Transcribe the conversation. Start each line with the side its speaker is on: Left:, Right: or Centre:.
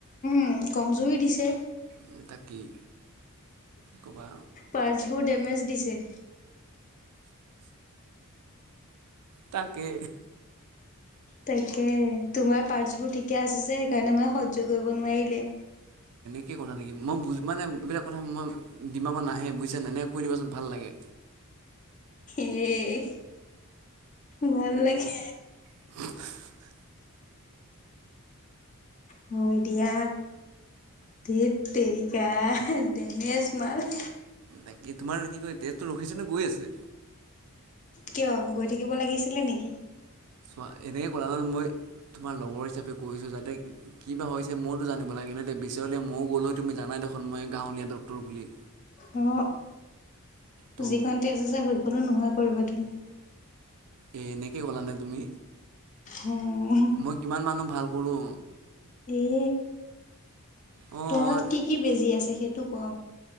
Left: উম কমজুৰি দিছে।
Right: উম' তাকেই কবা।
Left: পাৰ্ছবোৰ ডেমেজ দিছে।
Right: তাকে।
Left: তাকে তোমাৰ পাৰ্টছবোৰ ঠিকে আছে যে, সেইকাৰণে মানে সহ্য কৰিব নোৱাৰিলে।
Right: কি কলা নেকি, মই বুজ মানে এইবিলাক কথা মই ডিমাগত নাহে বুইছে নে, কৈ দিবাচোন ভাল লাগে।
Left: এ ভাল লাগে।
Right: <unintelligible>
Left: মই দিয়া। ধেত তেৰিকা দেমেছ মাল
Right: বাকী তোমাৰ কি কয় তেজটো ৰখিছেনে গৈ আছে
Left: কিয় গৈ থাকিব লাগিছিলে নেকি
Right: চোৱা এনেকে কলান মই তোমাৰ লগৰ হিচাপে কৈছোঁ যাতে কিবা হৈছে ময়ওতো জানিব লাগে ন বিচাৰলে মইও গ'ল তুমি জানাই দেখোন মই গাঁৱলীয়া ডক্টৰ বুলি
Left: অ
Right: তো
Left: যিকণ টেজ আছে সেইকণো নোহোৱা কৰিবা তুমি
Right: এ এনেকে ক'লা নে তুমি
Left: উম
Right: মই কিমান মানুহ ভাল কৰোঁ
Left: এ
Right: অঁ
Left: তহত কি কি বেজি আছে সেইটো ক